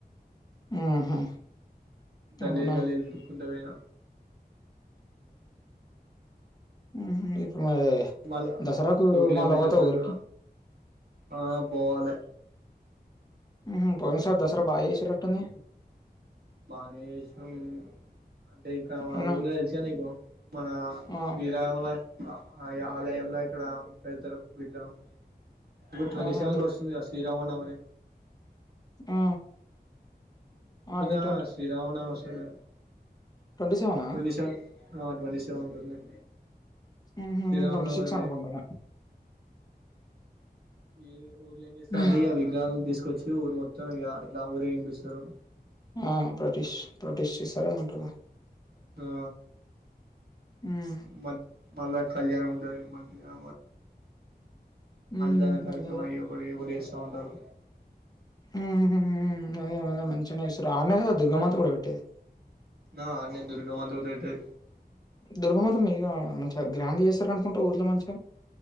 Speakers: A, on the left (about 25°); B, on the right (about 70°).
A: ఆహా
B: గల్లల్
A: అవునా
B: గల్లిల్ ఇకుంట వొయిన
A: మ్హ్ ఇప్పుడు మరి
B: మళ్ళా
A: దసరాకు
B: టూ కిలోమీటర్స్
A: మళ్ళ పోతవ
B: దాకా
A: ఊరికి
B: ఆ పోవాలే
A: మ్ పోన సార్ దసరా బా చేశి రట్టుంది
B: బానే జేష్నం అంటే ఇక
A: అవునా
B: ఊర్లో తెలిచా నీకు మన
A: ఆ
B: శీరల ఆ ఆలయంలో ఇక్కడ పెడద్దరు <unintelligible> విగ్రహం ఈ ట్వంటీ
A: ఆహా
B: సెవెన్ కి వస్తుంది గ శ్రీరామ నవమనే
A: అ ఆ ఎప్
B: అ శ్రీరామనవమి వస్తుందిగా
A: ట్వంటీ సెవెనా
B: ట్వంటి సెవెన్ ట్వంటీ సెవెన్ వస్తున్నాయి
A: ఉహు
B: శ్రీరామనవమి
A: ట్వంటీ సిక్స్ అనుకుంటున్నా
B: ఏ ఊళ్లో ఏం చేస్తాండు
A: ఉహు.
B: ఇయాళ్ళ విగ్రహలను తీసు కొచ్చి ఊరు మొత్తం ఇగ ఇట్లా ఊరే వింపిస్తారు
A: ఆ ప్రటిష్ ప్రొటిష్ చేసారదంటగా
B: ఆ
A: ఉమ్
B: మ మ మళ్ళ కళ్యాణం ఉంటది ఈ మధ్య
A: ఉమ్
B: అందరు కలిసిమ
A: అదే అదే
B: ఎవరు ఎవడో క చౌండరు
A: ఉమ్మ్మ్అదే గద మంచిగానే చెస్తారు ఆడ్నే కదా దుర్గమ్మంత కూడా పెట్టేది
B: ఆ ఆన్నే దుర్గమాత పెట్టది
A: దుర్గమాతో మీ మ గ్రాండ్ చేస్తర అనుకుంట ఊర్లో మంచిగా